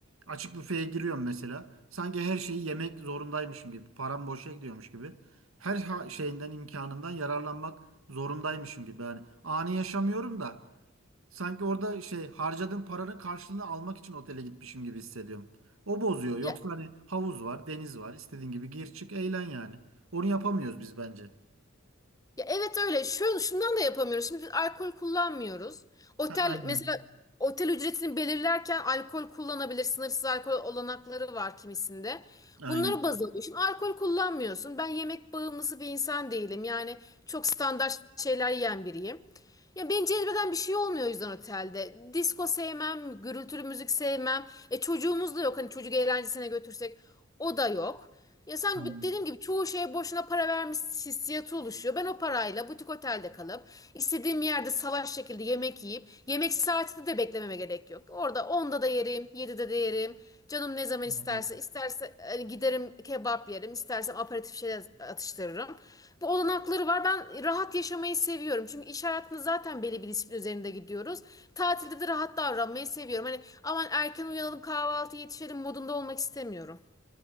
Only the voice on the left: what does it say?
Ya
Ya evet öyle. Şu, şundan da yapamıyoruz. Şimdi biz alkol kullanmıyoruz. Otel
mesela otel ücretini belirlerken alkol kullanabilir. Sınırsız alkol olanakları var kimisinde.
Bunları baz alıyor. Şimdi alkol kullanmıyorsun. Ben yemek bağımlısı bir insan değilim. Yani çok standart şeyler yiyen biriyim. Ya beni cezbeden bir şey olmuyor o yüzden otelde. Disko sevmem, gürültülü müzik sevmem. E çocuğumuz da yok. Hani çocuk eğlencesine götürsek o da yok. Ya sen
bi- dediğim gibi çoğu şeye boşuna para vermiş hissiyatı oluşuyor. Ben o parayla butik otelde kalıp istediğim yerde salaş şekilde yemek yiyip yemek saatinde de beklememe gerek yok. Orada onda da yerim, 7'de de yerim. Canım ne zaman
isterse, isterse hani giderim kebap yerim, istersem aperatif şeyler atıştırırım. Bu olanakları var. Ben rahat yaşamayı seviyorum. Çünkü iş hayatında zaten belli bir disiplin üzerinde gidiyoruz. Tatilde de rahat davranmayı seviyorum. Hani aman erken uyanalım, kahvaltı yetişelim modunda olmak istemiyorum.